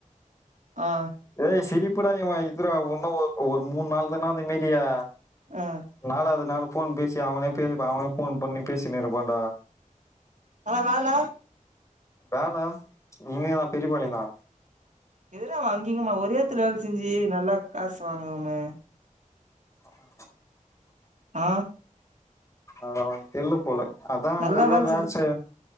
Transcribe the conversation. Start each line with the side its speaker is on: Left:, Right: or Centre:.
Right: ஆ
Left: ஏய் சிரிப் இப்படா நீ வாங்கித் தருவ ஒன்னு ஒ ஒரு மூணு நாள் தானா நிம்மதியே
Right: ஆ
Left: நாலாது நாள் போன் பேசி அவனே பே அவனே போன் பண்ணி பேசி நிருப்பான் டா
Right: ஆனா வேல
Left: வேல நீங்கதா பெரியபாளியங்கா
Right: எதுரா வங்கீங்கம்மா ஒரே எடத்துல வேல செஞ்சு நல்லா காசு வாங்காம
Left: ஹம்
Right: ஆ
Left: அத அவங் தெர்ல போல அதா அங்க
Right: நல்லா
Left: இருந்தா வேல
Right: செஞ்சு
Left: செ